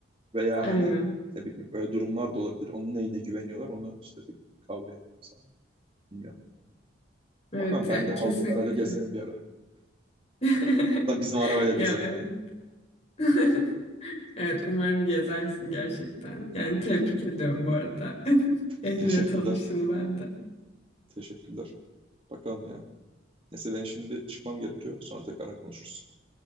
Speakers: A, on the right; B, on the left.
A: Veya
B: Aynen.
A: hani ne bileyim öyle durumlar da olabilir. Onun neyine güveniyorlar onu işte pek kavrayamıyorum sana. Bilmiyorum.
B: Evet
A: Bakalım ben
B: ya
A: de aldığım
B: kesinlikle.
A: herhalde gezerim bir ara.
B: <laughs>
A: En azından Bizim arabayla gezerim
B: Ya evet.
A: yani.
B: <laughs> Evet umarım gezersin gerçekten. Yani tebrik ediyorum bu arada. <laughs> Ehliyet
A: <laughs> Teşekkürler.
B: alışını ben de.
A: Teşekkürler. Bakalım ya. Neyse ben şimdi çıkmam gerekiyor. Sonra tekrardan konuşuruz.